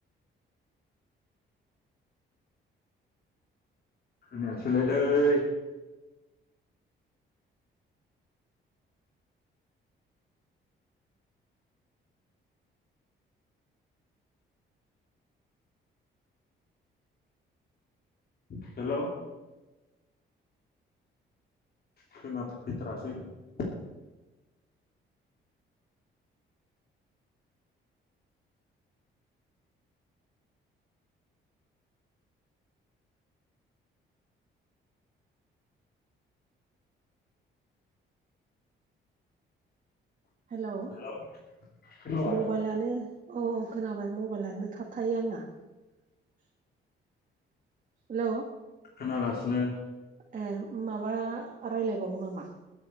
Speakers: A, on the left; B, on the right.
A: खोनायासै लायलै हेल'। खोना फैथारासै ।
B: हेलौ‌
A: हेलौ खोनाबाय
B: मबाइलानो औ औ खोनाबाय मबाइलानो थाब थायो आंना हेलौ
A: खोनागासिनो
B: ए माबा रायलायबावो नामा?